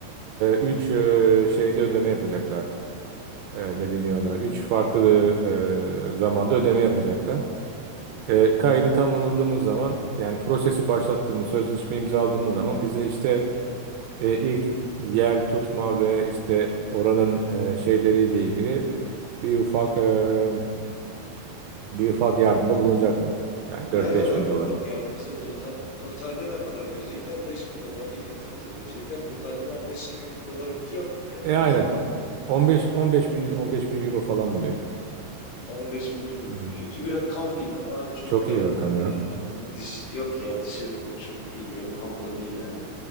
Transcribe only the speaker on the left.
Hı hı.
Ne
kadar
bu ufak yardım? Mesela total, totalde ne kadar verecekler? beş bin dolar ilk etapta verecekler. Totalde 15-20 bin doları bulacak mı? Ya,
euro pardon.
15 bin euro.
Kötü bir rakam değil ama hani çok
da
hani
diş yok ya dişe de çok iyi bir rakam da değil yani.